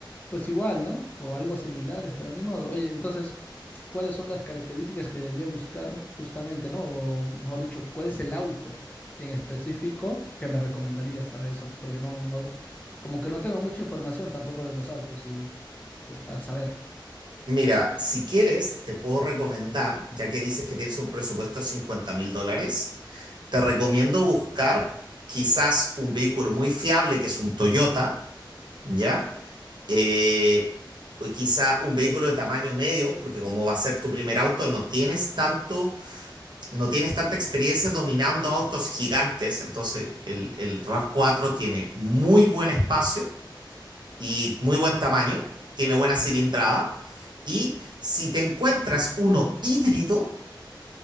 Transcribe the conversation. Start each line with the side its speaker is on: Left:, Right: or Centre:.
Left: Pues igual, ¿no? O algo similares, pero ni modo. Oye, entonces, ¿cuáles son las características que debería buscar justamente, ¿no? O mejor dicho, ¿cuál es el auto en específico que me recomendarías para eso? Porque no, no, como que no tengo mucha información tampoco de los autos y pues para saber.
Right: Mira, si quieres, te puedo recomendar, ya que dices que tienes un presupuesto de 50 mil dólares, te recomiendo buscar quizás un vehículo muy fiable, que es un Toyota, ¿ya? Eh, o quizá un vehículo de tamaño medio, porque como va a ser tu primer auto, no tienes tanto no tienes tanta experiencia dominando autos gigantes, entonces el, el rav cuatro tiene muy buen espacio y muy buen tamaño, tiene buena cilindrada
Left: Mm.
Right: y si te encuentras uno híbrido,